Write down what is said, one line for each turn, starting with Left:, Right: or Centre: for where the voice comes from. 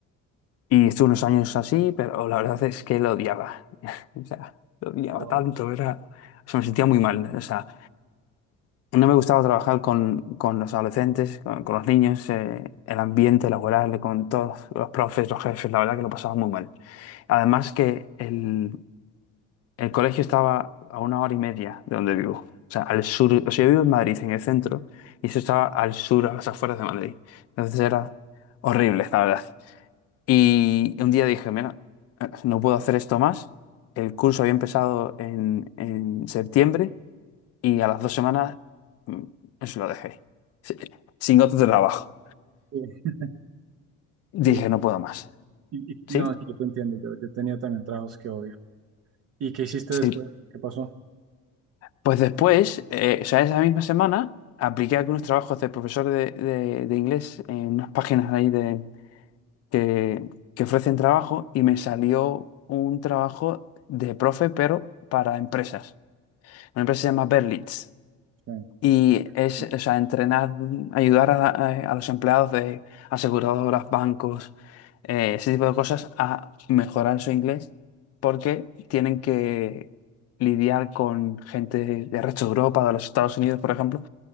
Left: Y estuve unos años así, pero la verdad es que lo odiaba. <laughs> O sea, lo odiaba
Right: Wow.
Left: tanto, era... O sea, me sentía muy mal. O sea, no me gustaba trabajar con, con los adolescentes, con, con los niños, eh, el ambiente laboral, con todos los profes, los jefes, la verdad que lo pasaba muy mal. Además que el, el colegio estaba a una hora y media de donde vivo. O sea, al sur, o sea, yo vivo en Madrid, en el centro, y eso estaba al sur, a las afueras de Madrid. Entonces era horrible, la verdad. Y un día dije, mira, eh, no puedo hacer esto más. El curso había empezado en, en septiembre y a las dos semanas mm, eso lo dejé. Sí, Sin otro trabajo.
Right: Sí.
Left: Dije,
Right: Y,
Left: no puedo más.
Right: y- y-
Left: ¿Sí?
Right: no, sí, yo te entiendo, yo, yo tenía también trabajos que odio. ¿Y qué hiciste
Left: Sí.
Right: después? ¿Qué pasó?
Left: Pues después, eh, o sea, esa misma semana, apliqué algunos trabajos de profesor de, de- de inglés en unas páginas ahí de, que, que ofrecen trabajo y me salió un trabajo de profe, pero para empresas. Una empresa se llama Berlitz.
Right: Sí,
Left: Y es,
Right: sí.
Left: o sea, entrenar, ayudar a, a- a los empleados de aseguradoras, bancos, eh, ese tipo de cosas a mejorar su inglés porque tienen que lidiar con gente de resto de Europa, de los Estados Unidos, por ejemplo.